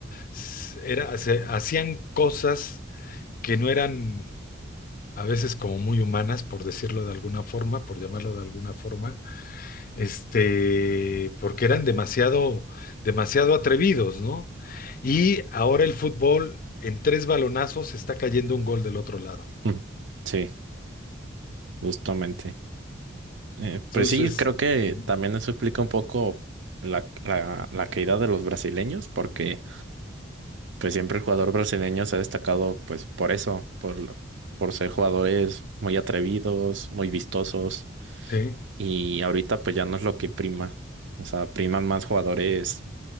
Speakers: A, on the left (about 45°); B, on the right (about 70°).
A: s- era- se- hacían cosas que no eran a veces como muy humanas, por decirlo de alguna forma, por llamarlo de alguna forma, este, porque eran demasiado, demasiado atrevidos, ¿no? Y ahora el fútbol en tres balonazos está cayendo un gol del otro lado.
B: Mm, sí, justamente. Eh,
A: Entonces,
B: pues sí, creo que
A: Ujú.
B: también eso explica un poco la, la, la caída de los brasileños, porque pues siempre el jugador brasileño se ha destacado pues por eso, por, por ser jugadores muy atrevidos, muy vistosos.
A: sí.
B: Y ahorita pues ya no es lo que prima. O sea, priman más jugadores